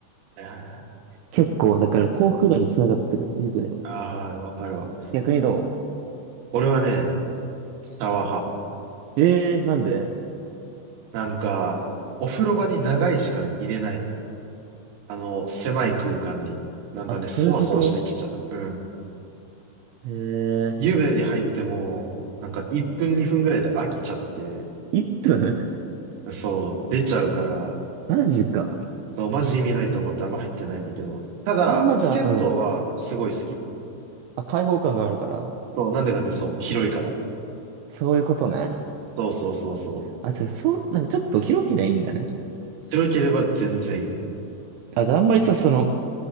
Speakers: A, on the right (about 60°); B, on the right (about 80°).
A: はいはいはい
B: 結構、だから幸福度につながってる、湯船は。
A: ああー、わかるわ。
B: 逆にど
A: 俺はね、シャワー派。
B: うえー、なんで
A: なんか、お風呂場に長い時間入れない。あの、狭い空間に。
B: あ、
A: なんかね、
B: あ、そういうこと
A: そわそわしてきちゃう。うん。
B: えー、
A: 湯船に入っても、なんか1分2分ぐらいで飽きちゃって、
B: 1分
A: そう、出ちゃうから、
B: <laughs> マジか。
A: そう、マジ意味ないと思ってあんま入ってないんだけど。ただ、
B: あんまじゃあ、
A: 銭湯はすごい好き。
B: うん。あ、開放感があるから。
A: そう、なんでかってそう、広いから。
B: そういうことね。
A: そうそうそうそう。
B: あ、じゃあ、そう、なんかちょっと広けりゃいいんだね。
A: 広ければ全然いい。
B: あ、じゃあ、あんまりさ、その、